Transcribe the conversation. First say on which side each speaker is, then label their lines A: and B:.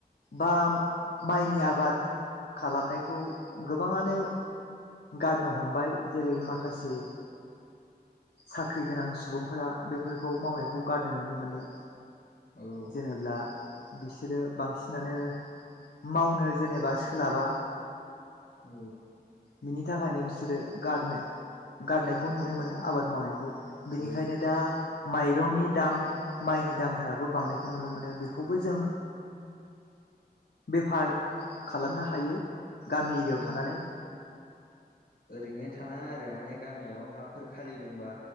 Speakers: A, on the left (about 75°); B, on the left (about 55°).
A: बा माइनि आबाद खालामनायखौ गोबाङानो गारनो हमबाय जेरै माखासे साख्रि गोनां सुबुंफोरा बेफोरखौ मावनायखौ गारनाय नुनो मोनो।
B: औ औ
A: जेनेब्ला बिसोरो बांसिनानो मावनो जेनेबा सोलाबा
B: औ।
A: बिनि थाखायनो बिसोरो गारनो गारनायखौ नुनो मोनो आबाद मावनायखौ बिनिखायनो
B: औ
A: दा माइरंनि दाम माइनि दामफोराबो बांनायखौ नुनो मोनो बे बेखौबो जों बेफार खालामनो हायो। गामि एरियाव
B: औ
A: थानानै
B: ओरैनो थानाङा आरो माने गामियाव हाफोर खालि दंबा